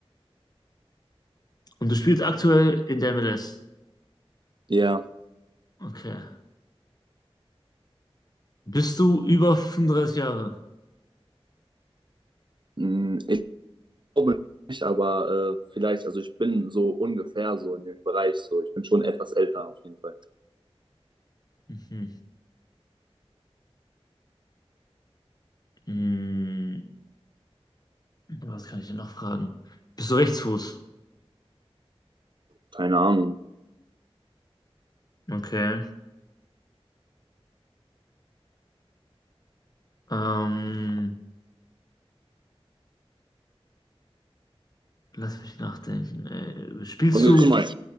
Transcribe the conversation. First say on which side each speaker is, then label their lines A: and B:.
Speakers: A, on the left; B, on the right.
A: und du spielst aktuell in der MLS?
B: ja,
A: Okay. Bist du über 35 Jahre?
B: mm, glaube nicht, aber äh, vielleicht, also ich bin so ungefähr so in dem Bereich so. Ich bin schon etwas älter auf jeden Fall.
A: Mhm. Hm, was kann ich denn noch fragen? Bist du Rechtsfuß?
B: Keine Ahnung.
A: Okay. Ähm, lass mich nachdenken. Äh, spielst
B: Und äh,
A: du?
B: guck mal,